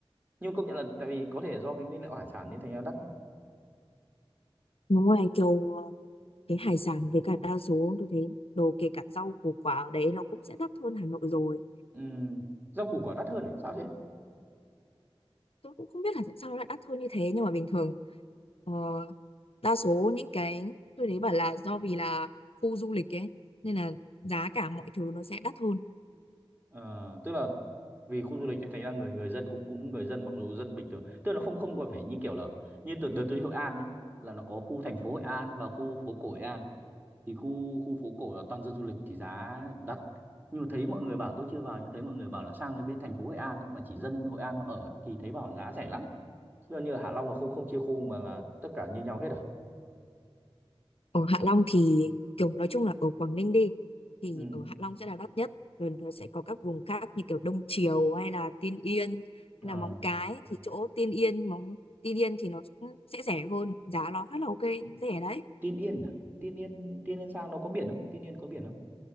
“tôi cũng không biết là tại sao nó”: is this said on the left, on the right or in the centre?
Left